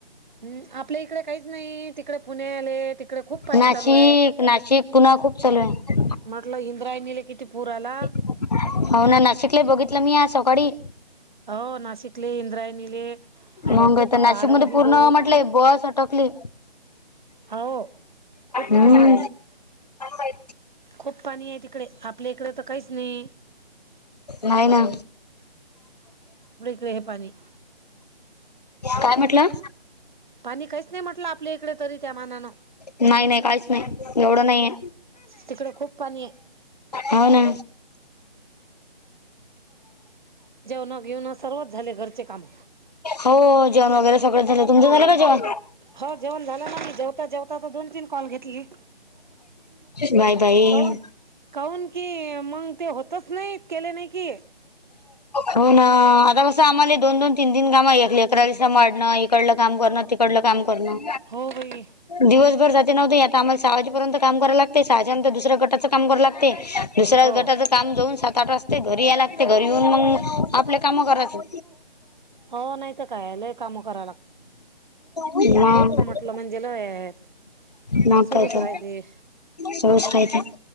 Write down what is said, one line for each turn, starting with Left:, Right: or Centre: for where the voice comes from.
Right: हम् आपल्या इकडे काहीच नाही तिकडे पुणे आले त इकडे खूप पाणी
Left: नाशिक
Right: चालू आहे
Left: नाशिक पुन्हा खूप चालू आहे
Right: म्हटलं इंद्रायणीला किती पूर आला
Left: हो ना नाशिकला बघितलं मी आज सकाळी
Right: हो नाशिकले इंद्रायणीले अ
Left: मग
Right: खूप
Left: आता नाशिक
Right: आळंदी
Left: मध्ये पूर्ण
Right: देऊ
Left: बस अटकली
Right: हो खूप
Left: हम ह
Right: खूप पाणी आहे तिकडे आपल्या इकडे तर काहीच नाही
Left: नाही ना
Right: रेहपाणी
Left: काय म्हटलं
Right: पाणी काहीच नाही म्हटलं आपल्या इकडे तरी त्या मानानं
Left: नाही नाही काहीच नाही एवढं नाहीये
Right: तिकडे खूप पाणी
Left: होना
Right: जेवण घेवण सर्वच झाले घरचे कामे
Left: हो जेण वगैरे सगळं झालं तुमचं झालं का ज
Right: हो जेवण झालं ना जेवता जेवता तर दोन तीन कॉल घेतली
Left: बाय बाई.
Right: काऊन काऊन की मंग ते होतच नाहीत केले नाही कि
Left: हो ना आता कस आम्हाला दोन दोन तीन तीन काम एकरा दिसा वाढणं इकडलं काम करणं तिकडलं काम करणं
Right: हो बाई
Left: दिवसभर जाते नव्हते आता आम्हाला सहा वाजेपर्यंत काम करा लागते सहाजनंतर दुसऱ्या गटाचं कामरावं लागते. दुसऱ्या
Right: हो
Left: गटाचं काम जाऊन सात आठ वाजते घरी यायला लागते घरी येऊन मग आपले कामं करायचं.
Right: हो नाही तर काय लय कामं कराव
Left: ह
Right: त म्हणजेला आहेत
Left: न
Right: सुरूच
Left: कायतो
Right: राहते
Left: सस रा येत.